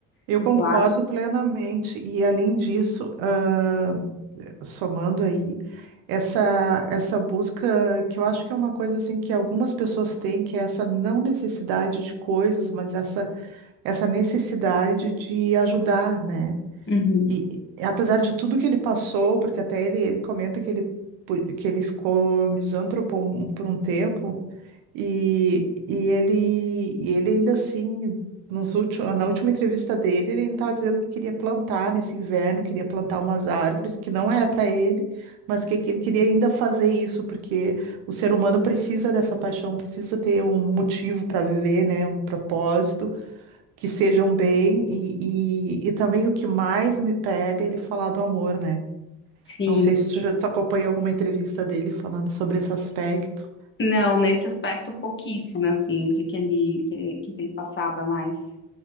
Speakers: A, on the right; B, on the left.
A: Eu
B: se
A: concordo
B: tu acha.
A: plenamente. E além disso, ah, somando aí, essa, essa busca que eu acho que é uma coisa assim que algumas pessoas têm, que é essa não necessidade de coisas, mas essa, essa necessidade de ajudar, né?
B: Uhum.
A: E e apesar de tudo que ele passou, porque até ele, ele comenta que ele, pu- que ele ficou misântropo um- por um tempo. E, e ele, e ele ainda assim, nos últimos, na última entrevista dele, ele ainda estava dizendo que queria plantar nesse inverno, queria plantar umas árvores que não era para ele, mas que, que ele queria ainda fazer isso, porque o ser humano precisa dessa paixão, precisa ter um motivo para viver, né? Um propósito, que seja um bem. E, e, e também o que mais me pega é ele falar do amor, né?
B: Sim.
A: Não sei se tu já tu acompanhou alguma entrevista dele falando sobre esse aspecto.
B: Não, nesse aspecto pouquíssimo, assim, o que que ele, que ele, que que ele passava mais.